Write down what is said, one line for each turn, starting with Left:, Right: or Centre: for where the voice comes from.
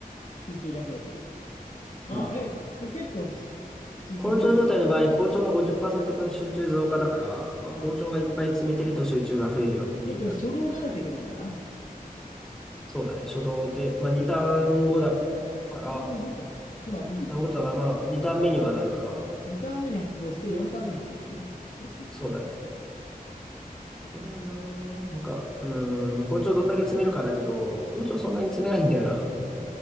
Left: 集中が増える。あ、
Centre: うん。
Left: え、これ結構し集中増えるけど、
Centre: 好調状態の場合、好調の50%分集中増加だから、まあ好調がいっぱい詰めてると集中が増えるよって言われて。
Left: うん。で、これ初動じゃないといけないんだな。
Centre: そうだね。初動で、まあ2ターン後だから、
Left: 2ターンごと。つまり、
Centre: 単語だからまあ2ターン目にはなるから、
Left: 2ターン目に発動して4ターン目に発動する。練習中2回だから。
Centre: そうだね。これがな、なんか、うーん、好調どんだけ詰めるかだけど、好調そんなに詰めないんだよな。